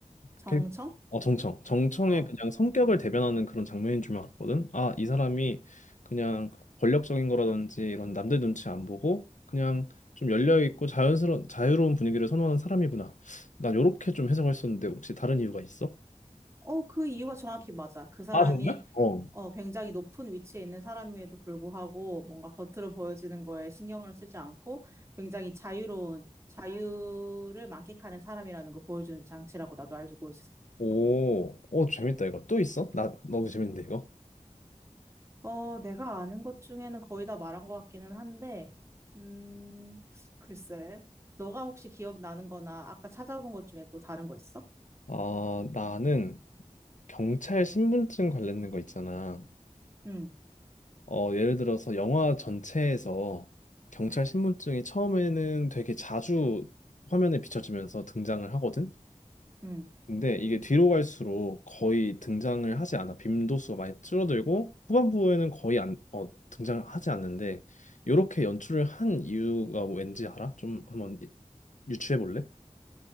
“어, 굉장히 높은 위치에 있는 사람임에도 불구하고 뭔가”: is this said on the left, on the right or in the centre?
Right